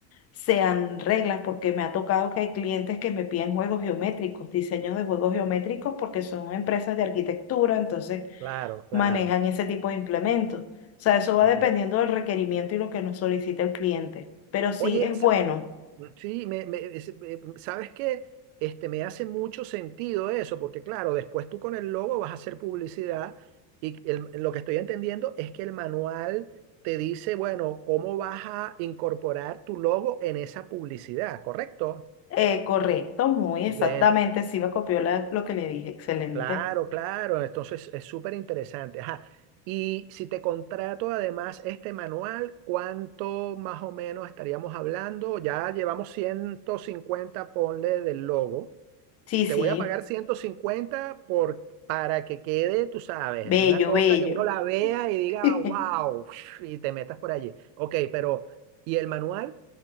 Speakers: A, on the left; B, on the right.
A: sean reglas, porque me ha tocado que hay clientes que me piden juegos geométricos, diseños de juegos geométricos, porque son empresas de arquitectura, entonces
B: Claro, claro.
A: manejan ese tipo de implementos. O sea, eso va
B: Mira.
A: dependiendo del requerimiento y lo que nos solicite el cliente. Pero sí
B: Oye,
A: es bueno,
B: Sí, me, me- es- eh, sabes que este, me hace mucho sentido eso, porque claro, después tú con el logo vas a hacer publicidad y el- lo que estoy entendiendo es que el manual te dice, bueno, cómo vas a incorporar tu logo en esa publicidad, ¿correcto?
A: eh, correcto, muy exactamente,
B: Dentro.
A: sí me copió la- lo que le dije, excelente.
B: Claro, claro, entonces es súper interesante. Ajá. Y si te contrato además este manual, ¿cuánto más o menos estaríamos hablando? Ya llevamos 150 ponle del logo.
A: Sí,
B: te
A: sí,
B: voy a pagar 150 por, para que quede, tú sabes,
A: bello,
B: una cosa
A: bello.
B: que uno la vea y diga,
A: <laughs>
B: wow, y te metas por allí. Ok, pero, ¿y el manual?